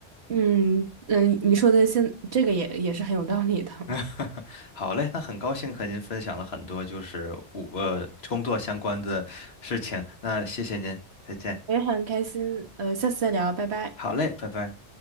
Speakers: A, on the right (about 70°); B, on the left (about 65°).
A: 嗯嗯，你说的现这个也也是很有道理的，<laughs>
B: <laughs> 好嘞，那很高兴和您分享了很多就是五呃工作相关的事情，那谢谢您，再见。
A: 我也很开心，呃，下次再聊，拜拜。
B: 好嘞，拜拜。